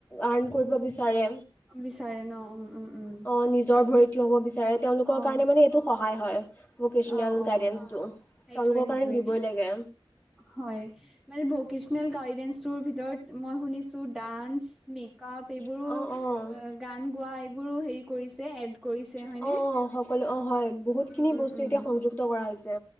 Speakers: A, on the left (about 15°); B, in the centre.
A: আৰ্ণ কৰিব বিচাৰে।
B: বিচাৰে ন উম - উম। উম,
A: অ', নিজৰ ভৰি থি হব বিচাৰে তেওঁলোকৰ
B: অ'।
A: কাৰণে মানে এইটো সহায় হয়। ভকেচনেল
B: অ', অ',
A: গাইডেঞ্চটো
B: অ'। সেইটোয়ে
A: তেওঁলোকৰ
B: সেইটোয়ে
A: কাৰণে দিবই লাগে।
B: হয় মানে ভকনেল গাইডে ভিতৰত মই শুনিছো। ডান্স মেক আপ এইবোৰো
A: অ', অ'।
B: গান গোৱা এইবোৰো হেৰি কৰিছে। কৰিছে হয়নে?
A: অ', অ', সকলো অ' হয় বহুতখিনি
B: উম উম
A: বস্তু
B: উম
A: এতিয়া সংযুক্ত কৰা হৈছে।